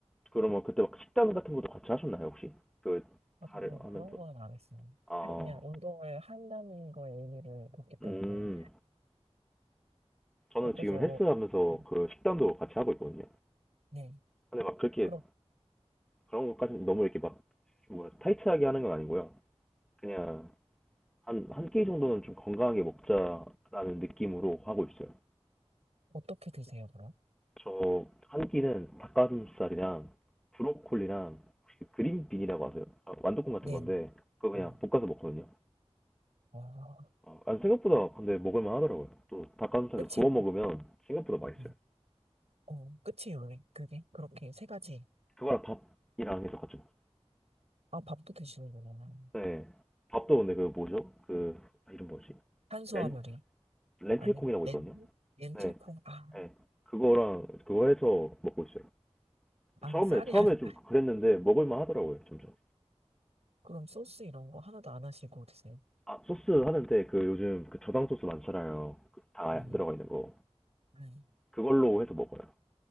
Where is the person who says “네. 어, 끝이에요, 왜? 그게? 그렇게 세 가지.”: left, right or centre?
Right